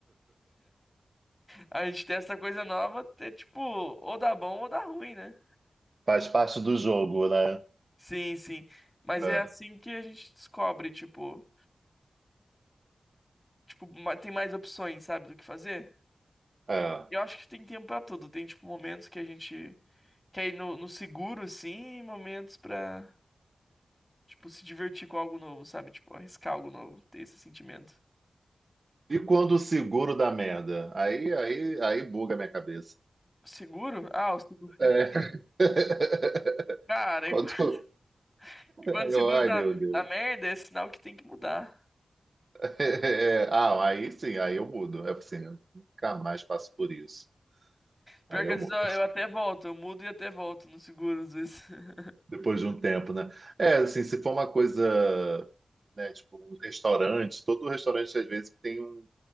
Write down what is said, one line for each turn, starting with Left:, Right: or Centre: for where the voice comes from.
Left: A gente testa coisa nova, é tipo, ou dá bom ou dá ruim, né?
Right: Faz parte do jogo, né?
Left: Sim, sim. Mas
Right: É,
Left: é assim que a gente descobre, tipo, tipo, ma- tem mais opções, sabe, do que fazer?
Right: é.
Left: Eu acho que tem tempo pra tudo. Tem, tipo, momentos que a gente Quer ir no, no seguro, assim, em momentos pra, tipo, se divertir com algo novo, sabe? Tipo, arriscar algo novo, ter esse sentimento.
Right: E quando o seguro dá merda? Aí, aí, aí buga a minha cabeça.
Left: seguro? Ah, o seguro.
Right: É. <laughs>
Left: Cara, e qu- <laughs>
Right: Quando,
Left: e quando
Right: Aí
Left: o seguro
Right: eu, ai,
Left: dá,
Right: meu Deus.
Left: dá merda,
Right: <laughs>
Left: é sinal que tem que mudar.
Right: É, ah, aí sim, aí eu mudo. É assim, eu nunca mais passo por isso.
Left: Pior
Right: Aí
Left: que
Right: eu
Left: às vezes
Right: mudo.
Left: eu, eu até volto, eu mudo e até volto no seguro, às vezes. <laughs>
Right: Depois de um tempo, né? É, assim, se for uma coisa, né, tipo, um restaurante, todo restaurante às vezes tem um,